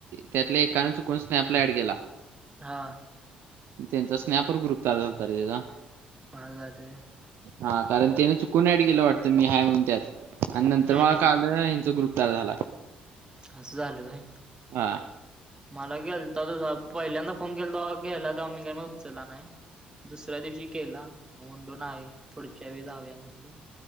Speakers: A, on the right (about 55°); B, on the right (about 20°).
A: त्यातल्या एकानें चुकून स्नॅपला ॲड केला.
B: हा
A: त्यांचा स्नॅपर ग्रुप तयार झालत रे त्याचा.
B: माझं जातोय.
A: हा कारण त्यान चुकून ऍड केलं वाटतं मी हाय म्हून त्यात. आणि
B: हम्म
A: नंतर मला
B: हम्म
A: काल हचा ग्रुप तयार झालाय.
B: असं झालं व्हय.
A: हा.
B: मला केलता तर तसं पहिल्यांदा फोन केलता, तवा केला मी काही म उचला नाही. दुसऱ्या दिवशी केला मग, म्हटलं नाय पुढच्या वेळेस जाऊया म्हणलो.